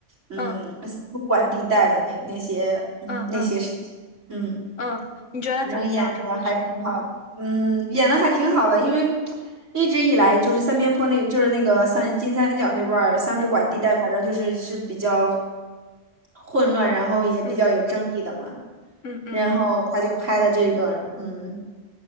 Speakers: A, on the right; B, on the left.
A: 嗯三不管地带的那那些嗯那些事情，
B: 嗯嗯嗯
A: 嗯，
B: 嗯，你觉得怎么样这部剧？
A: 反正演的还挺好的，嗯，演的还挺好的，因为一直以来就是三边坡那，就是那个三金三角那块儿三不管地带，
B: 嗯
A: 反正就是是比较混乱，然后也比较有争议的嘛。
B: 嗯嗯嗯嗯
A: 然后他就拍了这个，嗯，